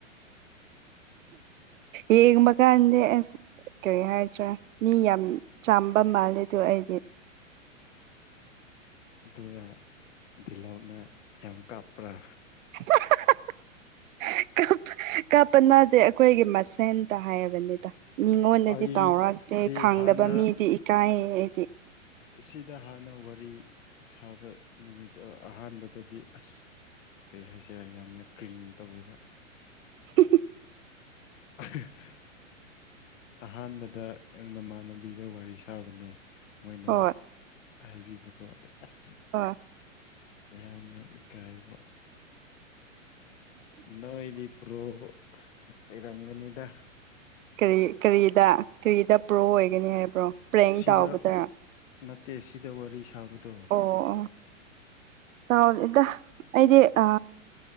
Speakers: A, on the right (about 75°); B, on the left (about 70°).
A: ꯌꯦꯡꯕꯈꯥꯛꯗꯦ ꯑꯁ ꯀꯔꯤ ꯍꯥꯏꯗ꯭ꯔꯥ ꯃꯤ ꯌꯥꯝ ꯆꯥꯝꯕ ꯃꯥꯜꯂꯦꯗ ꯑꯩꯗꯤ
B: ꯑꯗꯨꯒ ꯗꯤꯜꯍꯧꯅ ꯌꯥꯝ ꯀꯥꯞꯄ꯭ꯔꯥ
A: <unintelligible> ꯀꯞꯄ ꯅꯥꯗꯦ ꯑꯩꯈꯣꯏꯒꯤ ꯃꯁꯦꯟꯇ ꯍꯥꯏꯕꯅꯤꯗ ꯃꯤꯉꯣꯟꯗꯗꯤ
B: ꯑꯩꯗꯤ
A: ꯇꯥꯎꯔꯛꯇꯦ ꯈꯪꯗꯕ
B: ꯍꯥꯟꯅ
A: ꯃꯤꯗꯤ ꯏꯀꯥꯏ ꯍꯥꯏꯗꯤ
B: ꯑꯁꯤꯗ ꯍꯥꯟꯅ ꯋꯥꯔꯤ ꯁꯥꯕ ꯅꯨꯃꯤꯠꯇꯣ ꯑꯍꯥꯟꯕꯗꯗꯤ ꯑꯁ ꯀꯔꯤ ꯍꯥꯏꯁꯤꯔꯥ ꯌꯥꯝꯅ ꯀ꯭ꯔꯤꯡ ꯇꯧꯋꯕ
A: <inaudible>
B: ꯑ <unintelligible> ꯑꯍꯥꯟꯕꯗ ꯅꯃꯥꯟ ꯂꯝꯕꯤꯗ ꯋꯥꯔꯤ ꯁꯥꯕꯅꯦ ꯃꯣꯏꯅ
A: ꯍꯣꯏ
B: <unintelligible> ꯑꯁ
A: ꯍꯣꯏ
B: ꯌꯥꯝꯅ ꯏꯀꯥꯏꯕ ꯅꯣꯏꯗꯤ ꯄ꯭ꯔꯣ ꯂꯩꯔꯝꯒꯅꯤꯗ
A: ꯀꯔꯤ ꯀꯔꯤꯗ ꯀꯔꯤꯗ ꯄ꯭ꯔꯣ ꯑꯣꯏꯒꯅꯤ ꯍꯥꯏꯕ꯭ꯔꯣ ꯄ꯭ꯔꯦꯡ
B: ꯁꯤꯗ
A: ꯇꯥꯎꯕꯗ
B: ꯅꯠꯇꯦ ꯁꯤꯗ ꯋꯥꯔꯤ ꯁꯥꯕꯗꯣ
A: ꯑꯣ ꯑꯣ ꯇꯥꯎꯔꯦꯗ ꯑꯩꯗꯤ ꯑ